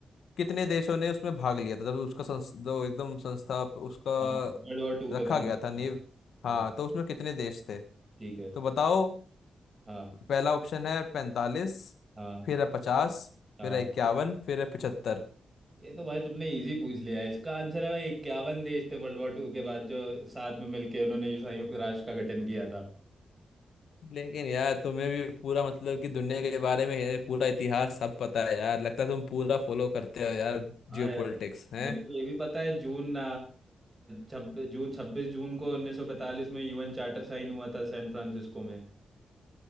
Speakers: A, on the left; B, on the right.
A: कितने देशों ने उसमें भाग लिया था जब उसका संस, जो एकदम संस्था उसका
B: हाँ वर्ल्ड वॉर टू
A: रखा
B: के बाद
A: गया
B: हुई।
A: था नींव हाँ
B: हाँ
A: तो उसमें कितने देश थे
B: ठीक
A: तो
B: है
A: बताओ
B: हाँ
A: पहला ऑप्शन है पैंतालीस
B: हाँ
A: फिर है पचास
B: हाँ
A: फिर है इक्यावन फिर है पिछहत्तर
B: ये तो भाई तुमने इजी पूछ लिया है इसका आंसर है भाई इक्यावन देश थे वर्ल्ड वॉर टू के बाद जो साथ में मिलके उन्होंने संयुक्त राष्ट्र का गठन किया था
A: लेकिन यार तुम्हें भी पूरा मतलब कि दुनिया के बारे में है, पूरा इतिहास सब पता है यार लगता है तुम पूरा फॉलो करते हो यार जियो
B: हाँ यार
A: पॉलिटिक्स है
B: मेरे को ये भी पता है जून छब्बीस जून छब्बीस जून को उन्नीस सौ पैंतालीस में यूएन चार्टर साइन हुआ था सैन फ्रांसिस्को में